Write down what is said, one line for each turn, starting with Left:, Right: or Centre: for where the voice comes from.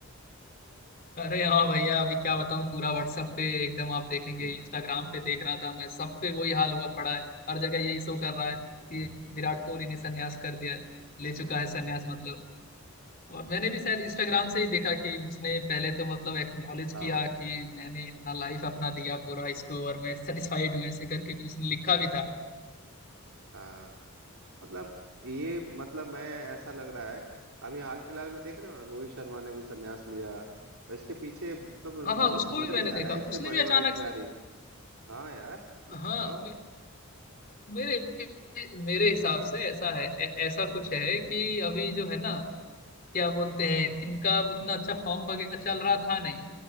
Left: अरे हाँ भैया अभी क्या बताऊँ पूरा WhatsApp पे एकदम आप देखेंगे इंस्टाग्राम पे देख रहा था मैं सब पे वही हाल हुआ पड़ा है हर जगह यही शो कर रहा है कि विराट कोहली ने संन्यास कर दिया है ले चुका है संन्यास मतलब और मैंने भी शायद इंस्टाग्राम से ही देखा कि उसने पहले तो मतलब एक्नॉलेज
Right: बताओ
Left: किया
Right: यार
Left: कि मैंने इतना लाइफ अपना दिया पूरा इसको और मैं सेटिस्फाइड हूँ ऐसे करके कुछ उसने लिखा भी था
Right: हाँ मतलब ये मतलब मैं ऐसा लग रहा है अभी हाल फिलहाल में देख रहे हो ना रोहित शर्मा ने भी संन्यास लिया और इसके पीछे मतलब मुझे
Left: हाँ हाँ
Right: मुझे
Left: उसको
Right: समझ
Left: भी मैंने
Right: नहीं आ
Left: देखा
Right: रहा है
Left: उसने
Right: इतने बड़े
Left: भी अचानक
Right: बड़े खिलाड़ी
Left: से
Right: हाँ यार मतलब
Left: हाँ
Right: बताओ
Left: मेरे मेरे हिसाब से ऐसा है ऐ- ऐसा कुछ है कि अभी जो है ना क्या बोलते हैं इनका उतना अच्छा फॉर्म वगैरह चल रहा था नहीं